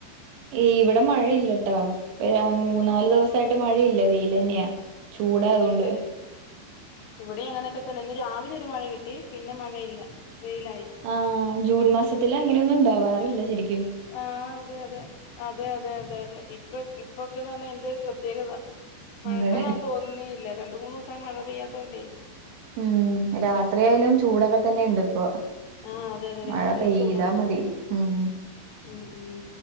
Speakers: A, on the right; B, on the left.
A: ഏയ്‌ ഇവടെ മഴയില്ലട്ടോ മൂന്നാല് ദിവസായിട്ട് മഴയില്ല വെയിലന്നെയാ ചൂടായതുകൊണ്ട്
B: അതെല്ലേ ഇവിടെയും അങ്ങനെയൊക്കെ തന്നെ ഇന്ന് രാവിലെ ഒരു മഴ കിട്ടി പിന്നെ മഴയില്ല വെയിലായി
A: ആ ജൂൺ മാസത്തില് അങ്ങനെയൊന്നും ഉണ്ടാവാറില്ല ശെരിക്കും
B: ആഹ് അതെ അതെ അതെ അതെ അതെ അതെ ഇപ്പ ഇപ്പൊക്കെന്ന് പറഞ്ഞാൽ എന്ത ഒരു പ്രത്യേകത മഴക്കാലാന്
A: അതെ
B: തോന്ന ന്നെല്ലാ രണ്ട് മൂന്ന് ദൂസായി മഴ പെയ്യാത്തോണ്ടേയ്
A: ഉം രാത്രിആയാലും ചൂടൊക്കെ തന്നെണ്ട് ഇപ്പൊ
B: ആഹ് അതെ അതെ
A: മഴ
B: രാത്രിയും
A: പെയ്താ
B: ചൂടാ
A: മതി ഉം
B: ഉം ഉം